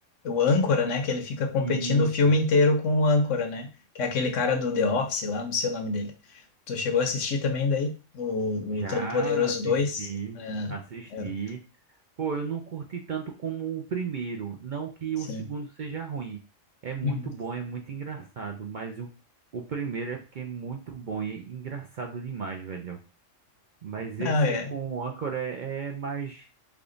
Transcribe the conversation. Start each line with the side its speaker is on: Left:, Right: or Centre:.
Left: o âncora, né? Que ele fica competindo
Right: e
Left: o filme inteiro com o âncora, né? Que é aquele cara do The Office lá, não sei o nome dele. Tu chegou a assistir também daí? O,
Right: já
Left: o Todo-Poderoso
Right: assisti,
Left: dois
Right: assisti.
Left: É, é,
Right: Pô, eu não curti tanto como o primeiro. Não que
Left: sim.
Right: o segundo seja ruim. É muito
Left: Uhum.
Right: bom, é muito engraçado. Mas o, o primeiro é porque é muito bom e é engraçado demais, velho. Mas
Left: Não,
Right: esse
Left: é,
Right: com o Anchor é, é mais.